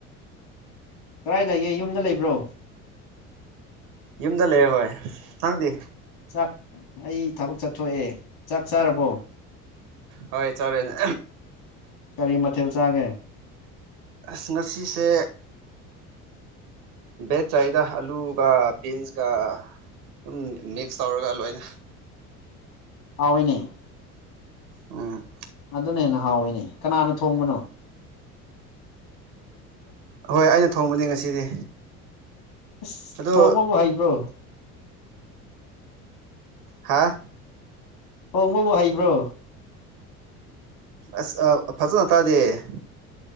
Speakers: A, on the left (about 55°); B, on the right (about 55°).
A: ꯀꯗꯥꯥꯏ ꯂꯩꯒꯦ ꯌꯨꯝꯗ ꯂꯩꯕ꯭ꯔꯣ
B: ꯌꯨꯝꯗ ꯂꯩꯔ ꯍꯣꯏ ꯅꯪꯗꯤ
A: ꯆꯥꯛ ꯑꯩ ꯊꯕꯛ ꯆꯠꯊꯣꯛꯑꯦ ꯆꯥꯛ ꯆꯥꯔꯕꯣ
B: ꯍꯣꯏ ꯆꯂꯦꯅꯦ
A: ꯀꯔꯤ ꯃꯊꯦꯜ ꯆꯥꯒꯦ
B: ꯑꯁ ꯉꯁꯤꯁꯦ ꯕ‌ꯦꯠ ꯆꯥꯗ ꯑꯂꯨꯒ ꯕꯤꯟꯁ ꯀ ꯁꯝ ꯃꯤꯛꯁ ꯇꯧꯔꯒ ꯂꯣꯏꯅ
A: ꯑꯥꯎꯏꯅꯦ
B: ꯎꯝ
A: ꯑꯗꯨꯅ ꯍꯦꯟꯅ ꯍꯥꯎꯏꯤꯅꯦ ꯀꯅꯥꯅ ꯊꯣꯡꯕꯅꯣ
B: ꯍꯣꯏ ꯑꯩꯅ ꯊꯣꯡꯕꯅꯤ ꯉꯁꯤꯗꯤ
A: ꯑꯁ
B: ꯑꯗꯣ
A: ꯊꯣꯡꯕꯕꯨ ꯍꯩꯕ꯭ꯔꯣ
B: ꯍꯥꯦ
A: ꯊ‌ꯣꯡꯕꯕꯨ ꯍꯩꯕ꯭ꯔꯣ
B: ꯑꯁ ꯐꯖꯅ ꯇꯥꯛꯂꯗꯤ ꯍꯩꯌ‌ꯦ